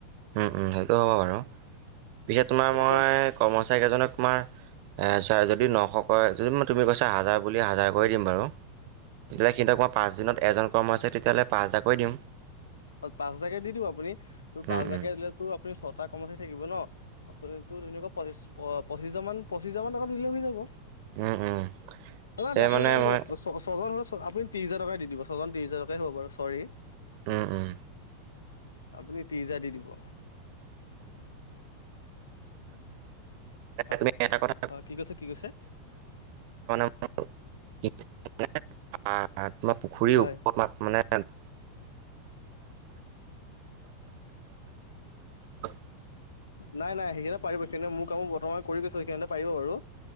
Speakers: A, on the right; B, on the left.
A: উম উম সেইটো হ'ব বাৰু পিছে তোমাৰ
B: এতিয়াতো
A: মই কৰ্মচাৰীকেইজনক তোমাৰ ছা যদি নশক যদি তুমি কৈছা হাজাৰ বুলি হাজাৰ কৰি দিম বাৰু। তেতিয়াহ'লে সিহক মই পাঁচদিনত এজন কৰ্ম হৈছে তেতিয়াহ'লে পাঁচ হাজাৰাকৈ দিম।
B: পাঁচ হাজাৰকে দি দিওঁ আপুনি তোৰ পাঁচ
A: উম,
B: হাজাৰকে
A: উম।
B: দিলে তোৰ আপুনি ছটা কৰ্মচাৰী থাকিব ন? আপ ধুনুৱা পঁচিশ পচিছ হাজ মান পঁচিছ হাজাৰ মান টকা দিলে হৈ যাব। অ
A: উম, উম। পিছে
B: তাপৰি
A: মানে
B: কাম
A: মই
B: কৰে ছজন আপুনি ত্ৰি হাজাৰ টকা দি দিব ছজন ত্ৰিছ হাজাৰকে হব বাৰু চৰি।
A: উম উম।
B: আপুনি ত্ৰিশ হাজাৰ দি দিব। হা
A: তুমি এটা কথা
B: অ' কি কৈছে, কি কৈছে?
A: <unintelligible> তোমাৰ পুখুৰীৰ
B: হয়।
A: ওপৰত মানে <unintelligible> <inaudible> <inaudible>
B: নাই নাই সেইখিনে পাৰিব সেইখিনে মোৰ কামো বৰ্তমান কৰি গৈছো সেইখিনিতে পাৰিব বাৰু।